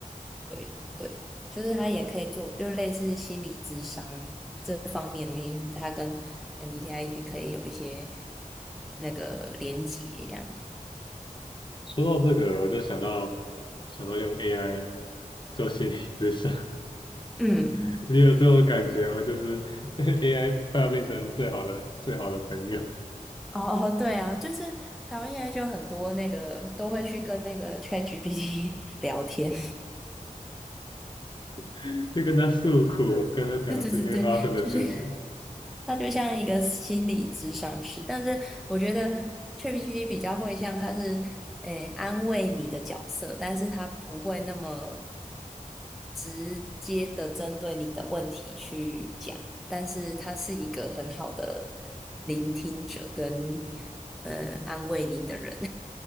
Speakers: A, in the centre; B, on the left.
A: 对对，就是他也可以做，就是类似心理智商这方面的东西，他跟 MBTI 也可以有一些那个连接这样。
B: 说到这个，我就想到想到用 AI 做心理咨商，
A: 嗯，
B: <laughs> 你有这种感觉吗？就是 <laughs> AI 快要变成最好的最好的朋友，
A: 哦，哦对啊，就是台湾现在就很多那个都会去跟那个 ChatGPT <laughs> 聊天，
B: <laughs> 就跟他诉苦，跟他讲最近发生的事情。
A: <laughs> 对对对对，就是他就像一个心理咨商师，但是我觉得 ChatGPT 比较会像他是诶、安慰你的角色，但是他不会那么直接的针对你的问题去讲，但是他是一个很好的聆听者跟呃安慰你的人。